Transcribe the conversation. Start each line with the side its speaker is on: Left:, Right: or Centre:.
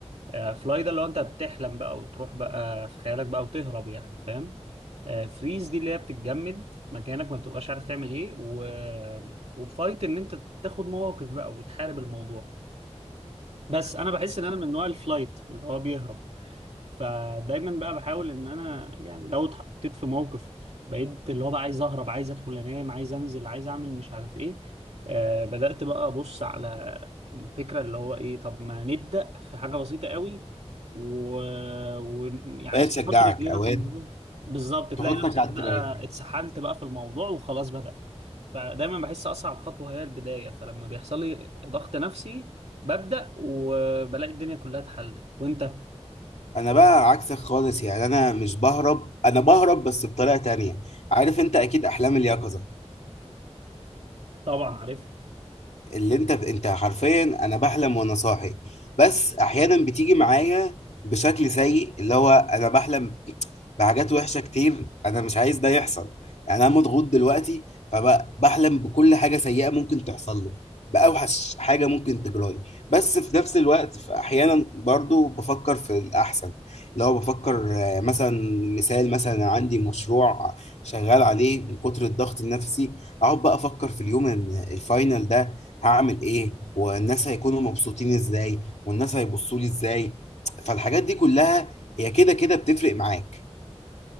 Right: آه، فلاي ده اللي هو انت بتحلم بقى وتروح بقى في خيالك بقى وتهرب يعني فاهم آه، فريز دي اللي هي بتتجمد مكانك ما بتبقاش عارف تعمل ايه و... وفايت ان انت تاخد مواقف بقى وتحارب الموضوع بس انا بحس ان انا من نوع الفلايت اللي هو بيهرب فدايما بقى بحاول ان انا يعني لو اتحطيت في موقف بقيت اللي هو بقى عايز اهرب عايز ادخل انام عايز انزل عايز اعمل مش عارف ايه آه بدأت بقى ابص على الفكرة اللي هو ايه طب ما نبدأ في حاجة بسيطة قوي و... و... يعني
Left: اوقات
Right: بس
Left: تشجعك
Right: نحط رجلينا
Left: اوقات
Right: في الموضوع بالظبط تلاقي
Left: تحطك
Right: نفسك
Left: على التراك
Right: بقى اتسحلت بقى في الموضوع وخلاص بدأ فدايما بحس اصعب خطوة هي البداية فلما بيحصل لي ضغط نفسي ببدأ وبلاقي الدنيا كلها اتحلت وانت
Left: انا بقى عكسك خالص يعني انا مش بهرب انا بهرب بس بطريقه تانية عارف انت اكيد احلام اليقظه
Right: طبعا عارف
Left: اللي انت انت حرفيا انا بحلم وانا صاحي بس احيانا بتيجي معايا بشكل سيء اللي هو انا بحلم بحاجات وحشه كتير انا مش عايز ده يحصل يعني انا مضغوط دلوقتي فبحلم بكل حاجه سيئه ممكن تحصل لي باوحش حاجه ممكن تجرالي بس في نفس الوقت في احيانا برضو بفكر في الاحسن اللي هو بفكر آه، مثلا مثال مثلا عندي مشروع شغال عليه من كتر الضغط النفسي اقعد بقى افكر في اليوم ان الفاينل ده هعمل ايه والناس هيكونوا مبسوطين ازاي والناس هيبصوا لي ازاي فالحاجات دي كلها هي كده كده بتفرق معاك